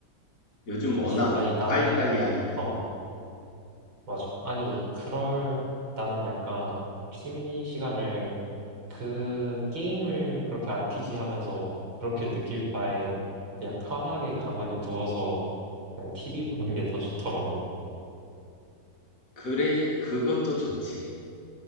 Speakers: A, on the left; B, on the right.
A: 요즘 워낙
B: 그지. 아니, 나는,
A: 빨리빨리 하니까
B: 어, 맞아. 아니, 그럴, 나는 약간 취미 시간을 그 게임을 그렇게 RPG 하면서 그렇게 느낄 바에 그냥 편하게 가만히 누워서 그냥 TV 보는 게 더 좋더라고.
A: 그래 그것도 좋지.